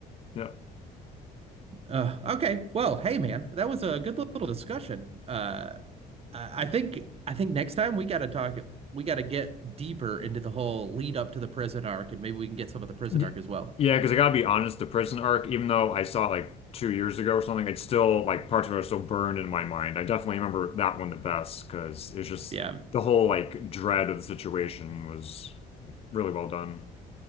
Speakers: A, on the left; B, on the right.
A: yeah,
B: Uh, okay, well, hey man, that was a good little discussion. Uh, I think I think next time we got to talk. We got to get deeper into the whole lead up to the prison arc, and maybe we can get some of the prison
A: Y-
B: arc as well.
A: yeah.
B: <laughs>
A: Because I gotta be honest, the prison arc, even though I saw it like two years ago or something, it's still like parts of it are still burned in my mind. I definitely remember that one the best because it's just
B: Yeah.
A: the whole like dread of the situation was like really well done.